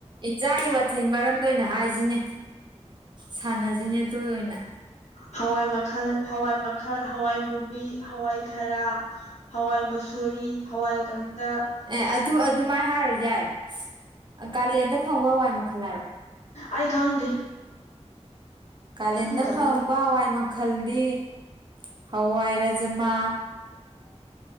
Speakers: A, on the right; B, on the left.
A: ꯏꯟꯖꯥꯡꯒꯤ ꯃꯊꯦꯜ ꯃꯔꯝꯗ ꯑꯣꯏꯅ ꯍꯥꯏꯁꯤꯅꯦ ꯁꯥꯟꯅꯁꯤꯅꯦ ꯑꯗꯨ ꯑꯣꯏꯅ
B: ꯍꯋꯥꯏ ꯃꯈꯜ ꯍꯋꯥꯏ ꯃꯈꯜ ꯍꯋꯥꯏ ꯃꯨꯕꯤ ꯍꯋꯥꯏ ꯊꯔꯥꯛ ꯍꯋꯥꯏ ꯃꯁꯣꯔꯤ ꯍꯋꯥꯏꯀꯪꯇ
A: ꯑꯦ ꯑꯗꯨ ꯑꯗꯨꯃꯥꯏꯅ ꯍꯥꯏꯔꯁꯨ ꯌꯥꯔꯦ ꯀꯥꯂꯦꯟꯗ ꯐꯪꯕ ꯍꯋꯥꯏ ꯃꯈꯜ ꯍꯥꯏꯔꯣ
B: ꯑꯩ ꯈꯪꯗꯦ
A: ꯀꯥꯂꯦꯟꯗ
B: ꯆꯥꯛꯈꯨꯝ ꯆꯪꯗ
A: ꯐꯪꯕ ꯍꯋꯥꯏ ꯃꯈꯜꯗꯤ ꯍꯋꯥꯏ ꯔꯥꯖꯃꯥ
B: ꯎꯝ